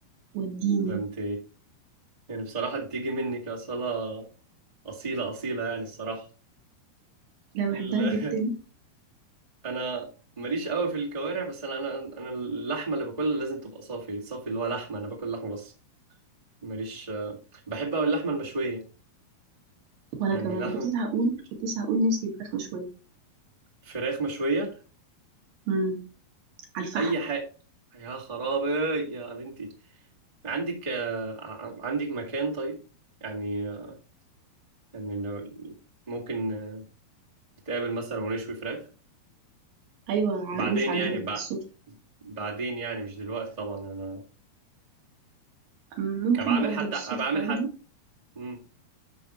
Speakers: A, on the right (about 70°); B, on the right (about 20°).
A: وديني
B: ده انت يعني بصراحه انت تيجي منك اصاله اصيله اصيله يعني الصراحه
A: لا
B: ال...
A: بحبها جدا
B: <laughs> انا ماليش قوي في الكوارع بس انا انا انا اللحمه اللي باكلها لازم تبقى صافي صافي اللي هو لحمه انا باكل لحمه بس ماليش بحب أوي اللحمة المشوية
A: وانا
B: يعني
A: كمان
B: لحمة
A: كنت لسه هقول كنت لسه هقول نفسي الفراخ مشويه
B: فراخ مشوية
A: امم على الفحم
B: أي حاجة يا خرابي يا بنتي عندك آه، ع- عندك مكان طيب يعني آه، يعني لو ممكن آه، نتقابل مثلا ونشوي فراخ
A: ايوه على
B: بعدين
A: الروف عندنا
B: يعني
A: على
B: بع-
A: السطح
B: بعدين يعني مش دلوقتي طبعا أنا
A: ممكن
B: أنا بعمل
A: نوضب
B: حتى
A: السطح
B: أنا بعمل
A: عندي
B: حتى مم.